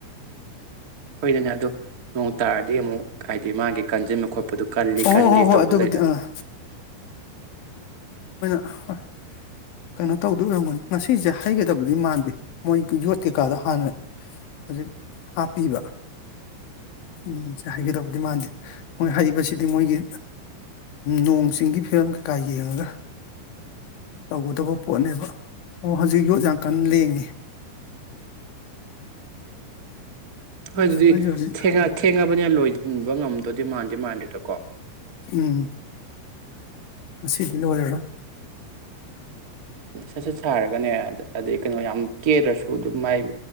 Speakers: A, on the right (about 40°); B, on the left (about 75°).
A: ꯍꯣꯏꯗꯅꯦ ꯑꯗꯨ ꯅꯣꯡ ꯇꯥꯔꯗꯤ ꯑꯃꯨꯛ ꯍꯥꯏꯗꯤ ꯃꯥꯒꯤ ꯀꯟꯁꯤꯟꯕ ꯈꯣꯠꯄꯗꯨ ꯀꯜꯂꯤ
B: ꯑꯣꯍꯣ
A: ꯀꯟꯗꯦ
B: ꯍꯣ ꯍꯣ
A: ꯇꯧꯕ
B: ꯍꯣꯏ ꯑꯗꯨꯕꯨꯗꯤ
A: ꯂꯩꯅ
B: ꯑꯥ ꯑ ꯀꯩꯅꯣ ꯇꯧꯗꯣꯏꯔꯒꯅꯤ ꯉꯁꯤꯁꯦ ꯍꯩꯒꯗꯕꯗꯤ ꯃꯥꯟꯗꯦ ꯃꯣꯏꯒꯤ ꯌꯣꯠ ꯀꯩꯀꯥꯗꯣ ꯍꯥꯟꯅ ꯍꯧꯖꯤꯛ ꯍꯥꯞꯄꯤꯕ ꯎ ꯁꯦ ꯍꯩꯒꯗꯕꯗꯤ ꯃꯥꯟꯗꯦ ꯃꯣꯏ ꯍꯩꯕꯁꯤꯗꯤ ꯃꯣꯏꯒꯤ ꯅꯣꯡ ꯆꯤꯡꯒꯤ ꯐꯤꯕꯝ ꯀꯩꯀꯥ ꯌꯦꯡꯉꯒ ꯇꯧꯒꯗꯕ ꯄꯣꯠꯅꯦꯕ ꯑꯣ ꯍꯧꯖꯤꯛ ꯌꯣꯠ ꯌꯥꯝꯡ ꯀꯥꯟ ꯂꯦꯡꯉꯤ
A: ꯑꯗꯨ ꯑꯗꯨꯗꯤ
B: ꯑꯩꯁꯨ ꯍꯧꯖꯤꯛ
A: ꯊꯉ ꯊꯦꯡꯉꯕꯅꯤꯅ ꯂꯣꯏꯕ ꯉꯝꯗ ꯑꯣꯗꯤ ꯃꯥꯟꯁꯦ ꯃꯥꯟꯦꯇꯀꯣ
B: ꯎꯝ ꯃꯁꯤ ꯁꯤꯗꯤ ꯋꯥꯔꯤꯔꯔꯕ
A: ꯍ ꯁ ꯊꯥꯔꯒꯅꯦ ꯑꯗꯩ ꯀꯩꯅꯣ ꯌꯥꯝ ꯀꯦꯗ꯭ꯔꯁꯨ ꯑꯗꯨꯝ ꯃꯥꯏ